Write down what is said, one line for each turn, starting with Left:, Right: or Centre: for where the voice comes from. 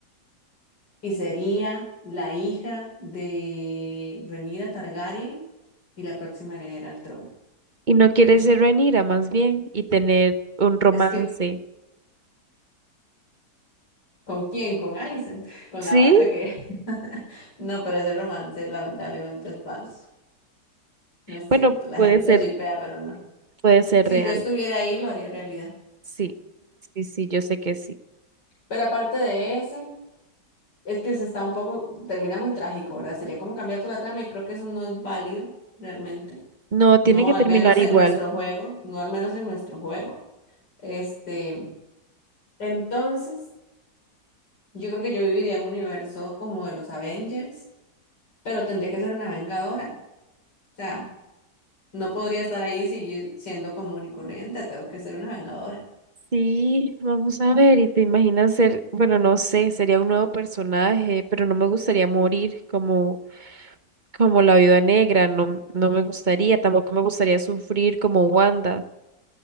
Left: Y sería la hija de Rhaenyra Targaryen y la próxima heredera al trono.
Right: Y no quieres ser Rhaenyra más bien y tener un romance.
Left: Es que, ¿con quién? Con Alicent, <laughs> con
Right: ¿Sí?
Left: la otra que... <laughs> No, pero ese romance lamentablemente es falso. No es cierto,
Right: Bueno,
Left: la
Right: puede
Left: gente
Right: ser,
Left: lo shipea, pero no.
Right: puede ser
Left: Si
Right: real.
Left: yo estuviera ahí, lo haría realidad.
Right: Sí, sí, sí, yo sé que sí.
Left: Pero aparte de ese, es que se está un poco, termina muy trágico, ¿verdad? Sería como cambiar toda la trama y creo que eso no es válido realmente.
Right: No, tiene
Left: No,
Right: que
Left: al
Right: terminar
Left: menos en
Right: igual.
Left: nuestro juego, no al menos en nuestro juego. Este, entonces, yo creo que yo viviría en un universo como de los Avengers, pero tendría que ser una vengadora. O sea, no podría estar ahí sigui- siendo común y corriente, tengo que ser una vengadora.
Right: Sí, vamos a ver, y te imaginas ser, bueno, no sé, sería un nuevo personaje, pero no me gustaría morir como, como la viuda negra, no, no me gustaría, tampoco me gustaría sufrir como Wanda.